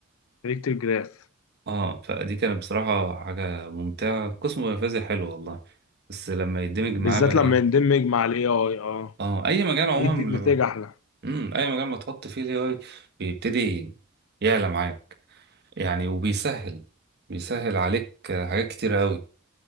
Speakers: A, on the left (about 75°); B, on the right (about 55°).
A: الكتريك جراف
B: اه فدي كانت بصراحه حاجه ممتعه قسم نفاذي حلو والله بس لما يدمج معاه
A: بالذات
B: بقى إيه،
A: لما يندمج مع الاي اي اه
B: اه اي مجال عموما
A: يدي نتائج
B: لما
A: احلى
B: امم اي مجال ما تحط فيه الاي اي بيبتدي يعلى معاك يعني وبيسهل بيسهل عليك آه، حاجات كتيرة قوي